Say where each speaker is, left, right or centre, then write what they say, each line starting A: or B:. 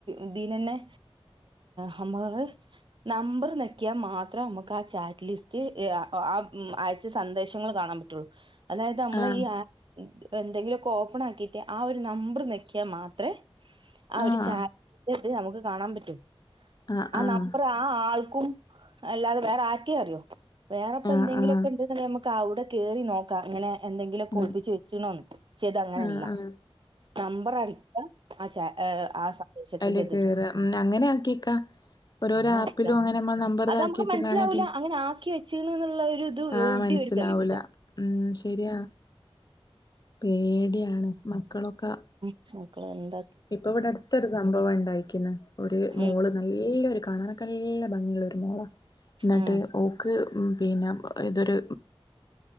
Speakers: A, on the right; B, on the left.
A: ഇതിൽ തന്നെ നമ്മള് നമ്പർ നക്കിയാ മാത്രം നമുക്ക് ആ ചാറ്റ് ലിസ്റ്റ് ആ അയച്ച സന്ദേശങ്ങൾ കാണാൻ പറ്റുള്ളു അതായത് നമ്മളെ
B: ആഹ്
A: ഈ ആപ്പ് എന്തെങ്കിലുമൊക്കെ ഓപ്പൺ ആക്കിട്ട് ആ ഒരു നമ്പർ നക്കിയാൽ മാത്രമേ ആ
B: ആഹ്
A: ഒരു ചാറ്റ് നമുക്ക് കാണാൻ പറ്റും
B: ആഹ്
A: ആ
B: ആഹ്
A: നമ്പർ ആ ആൾ അല്ലാതെ വേറെ ആറ്റേ അറിയോ വേറെപ്പോ
B: ആഹ്
A: എന്തെങ്കിലുമൊക്കെ
B: ആഹ്
A: ഉണ്ട നമക്ക് അവിടെ കെറിനോക്ക അങ്ങനെ എന്തെങ്കിലുംക്കെ
B: ഉം
A: ഒളിപ്പിച്ച വെച്ചണോന്ന് പക്ഷെ ഇത് അങ്ങനെയല്ല
B: ആഹ് ആഹ്
A: നമ്പർ അടിക്ക ആ ച ആ സന്ദേശത്തിന്റെ
B: അയിൽ
A: ഇത്
B: കേറാ
A: എടുക്കുക
B: അങ്ങനെ ആക്കിയക്കാ ഓരോരോ
A: അങ്ങനെ
B: ആപ്പിലും
A: അടിക്കാം
B: അങ്ങനെ നമ്മ നമ്പർ
A: അത്
B: ഇതെക്കിവെച്ചിലകണ
A: നമുക്ക് മനസ്സിലാവൂല
B: പിന്നെ
A: അങ്ങനെ ആക്കി വെച്ചീണ് എന്നുള്ള ഒരു ഇത്
B: ആ
A: എവിടെയും
B: മനസിലാവൂല
A: ഒരു തെളിവില്ല
B: ഉം ശരിയാ പേടിയാണ് മക്കളൊക്കെ
A: മക്കള എ
B: ഇപ്പൊ ഇവിടെ അടുത്തരു സംഭവഇണ്ടായിക്കിന് ഒരു മോള്
A: ഉം
B: നല്ലരു കാണാനൊക്കെല്ല പിന്നെ
A: ആ
B: ഇതൊരു